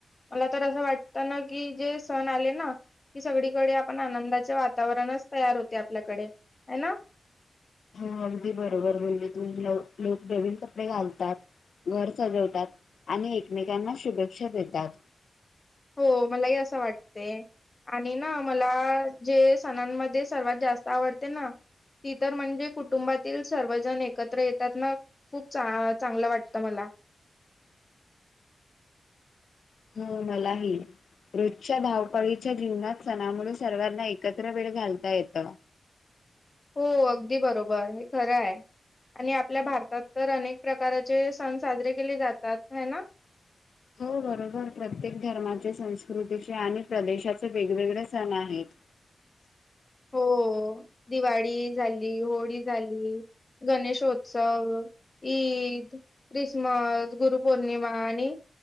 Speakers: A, on the left; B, on the left.
A: मला तर असं वाटतं ना कि, जे सण आले ना कि सगळीकडे आपण आनंदाचे वातावरणच तयार होते आपल्याकडे. आहे ना.
B: हगदी बरोबर बोलली तू. लोक नवीन कपडे घालतात. घर सजवतात. आणि एकमेकांना शुभेच्छा देतात.
A: हो मलाही असं वाटते. आणि ना मला जे सणांमध्ये सर्वात जास्त आवडते ना ती तर म्हणजे कुटुंबातील सर्वजण एकत्र येतात ना. खूप चा चांगल वाटत मला.
B: हम्म मलाही. रोजच्या धावपळीच्या जीवनात सणामुळे सर्वांना एकत्र वेळ घालता येत.
A: हो अगदी बरोबर हे खरं आहे. आणि आपल्या भारतात तर अनेक प्रकारचे सण साजरे केले जातात. है ना.
B: हो बरोबर. प्रत्येक धर्माचे संस्कृतीचे आणि प्रदेशाचे वेगवेगळे सण आहेत.
A: <inaudible> हो दिवाळी झाली. होळी झाली. गणेशो सण ईद, क्रिसमस, गुरु पौर्णिमा आणि